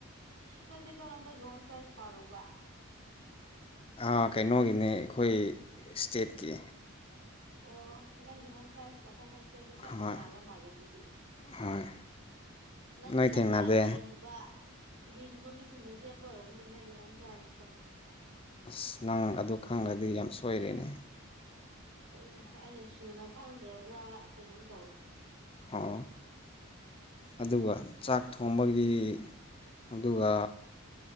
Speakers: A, on the right; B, on the left.
A: ꯅꯪꯗꯤ ꯀꯔꯝꯕꯒꯤ ꯍꯣꯝ ꯁꯥꯏꯟꯁ ꯄꯥꯔꯨꯕ
B: ꯑ ꯀꯩꯅꯣꯒꯤꯅꯦ ꯑꯩꯈꯣꯏ ꯏꯁꯇꯦꯠꯀꯤ
A: ꯑꯣ ꯅꯪꯒꯤ ꯍꯣꯝ ꯁꯥꯏꯟꯁꯀ ꯑꯈꯣꯏ ꯍꯣꯝ ꯁꯥꯏꯟꯁꯀ ꯈꯔ
B: ꯍꯣꯏ
A: ꯇꯣꯡꯉꯥꯜꯂ ꯃꯥꯜꯂꯦ ꯑꯗꯨꯗꯤ
B: ꯍꯣꯏ
A: ꯅꯪꯒꯤꯅ
B: ꯅꯣꯏ ꯊꯦꯡꯅꯗꯦ
A: ꯈꯔ ꯍꯩꯕ ꯂꯤꯡꯕ ꯃꯤꯁꯤꯡꯅ ꯁꯦꯝꯕ ꯑꯣꯏꯔꯔꯕꯅꯤ ꯅꯪꯒꯤ ꯍꯣꯝ ꯁꯥꯏꯟꯁꯇꯣ
B: ꯑꯁ ꯅꯪ ꯑꯗꯨ ꯈꯪꯂꯗꯤ ꯌꯥꯝ ꯁꯣꯏꯔꯦꯅꯦ
A: ꯍꯣꯏꯅꯦ ꯑꯩꯅ ꯁꯨꯅ ꯈꯪꯗ꯭ꯔꯕ꯭ꯔꯥ ꯀꯩꯅꯣꯝ ꯇꯧꯔꯦ
B: ꯍꯥꯥ ꯑꯗꯨꯒ ꯆꯥꯛ ꯊꯣꯡꯕꯒꯤ ꯑꯗꯨꯒ